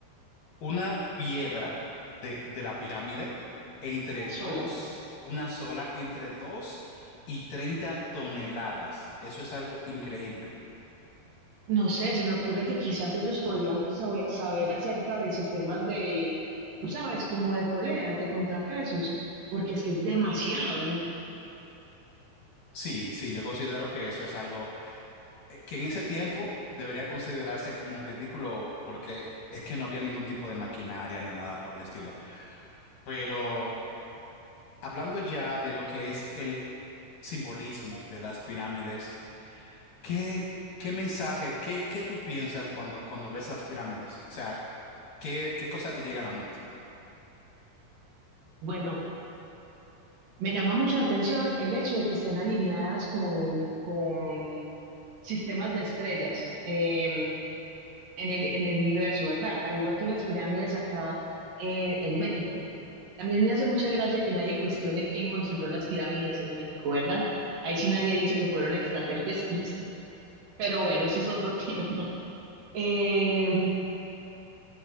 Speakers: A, on the left (about 65°); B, on the right (about 60°).
A: una piedra de, de la pirámide entre
B: Una sola.
A: dos, una sola, entre dos y treinta toneladas. Eso es algo increíble.
B: No sé, se me ocurre que quizás ellos podrían sabe- saber acerca de sistemas de, tú sabes, como de poleas, de contrapesos, porque es que es demasiado.
A: Sí, sí, yo considero que eso es algo eh, que en ese tiempo debería considerarse como ridículo porque es que no había ningún tipo de maquinaria ni nada por el estilo. Pero hablando ya de lo que es el simbolismo de las pirámides, ¿qué, qué mensaje, qué, qué tú piensas cuando, cuando ves las pirámides? O sea, ¿Qué, qué cosa te llega a la mente?
B: Bueno, me llama mucho la atención el hecho de que estén alineadas con, con sistemas de estrellas. Em, en el, en el universo, ¿verdad? Al igual que las pirámides acá en, en México. También me hace mucha gracia que nadie cuestione quién construyó las pirámides en México, ¿verdad? Ahí sí nadie dice que fueron extraterrestres, <laughs> pero bueno, eso es otro <laughs> tema. Eh,